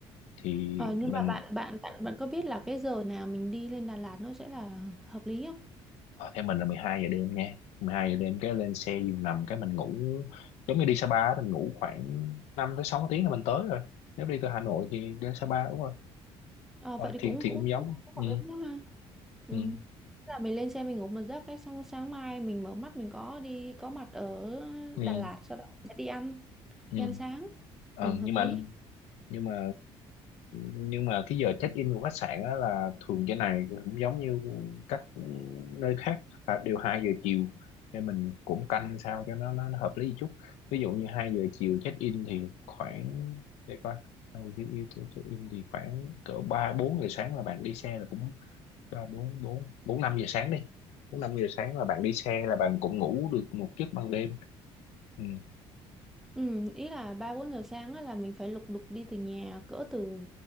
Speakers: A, on the left; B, in the centre.
A: thì
B: Ờ, nhưng
A: mình
B: mà bạn bạn bạn bạn có biết là cái giờ nào mình đi lên Đà Lạt nó sẽ là hợp lý không?
A: ờ, theo mình là 12 giờ đêm nha 12 giờ đêm cái lên xe giường nằm cái mình ngủ giống như đi Sapa á, mình ngủ khoảng 5 tới 6 tiếng là mình tới rồi nếu đi từ Hà Nội thì đến Sapa đúng rồi
B: Ờ,
A: Ờ,
B: vậy thì
A: thì
B: cũng
A: thì
B: cũng
A: cũng giống
B: cũng
A: ừ,
B: hợp lý quá ha. Ừ.
A: ừ,
B: Là mình lên xe mình ngủ một giấc cái xong sáng mai mình mở mắt mình có đi có mặt ở
A: ừ,
B: Đà Lạt sau đó mình sẽ đi ăn
A: ừ.
B: đi ăn sáng.
A: Ờ,
B: Ừ, hợp
A: nhưng mà
B: lý
A: nhưng mà nhưng mà cái giờ check in của khách sạn á là thường trên này cũng giống như các nơi khác là đều hai giờ chiều nên mình cũng canh sao cho nó nó, nó hợp lý chút ví dụ như hai giờ chiều check in thì khoảng để coi hai giờ chiều check in thì khoảng cỡ ba bốn giờ sáng là bạn đi xe là cũng ba bốn bốn bốn năm giờ sáng đi bốn năm giờ sáng là bạn đi xe là bạn cũng ngủ được một giấc ban đêm ừ
B: Ừ, ý là ba bốn giờ sáng á, là mình phải lục đục đi từ nhà cỡ từ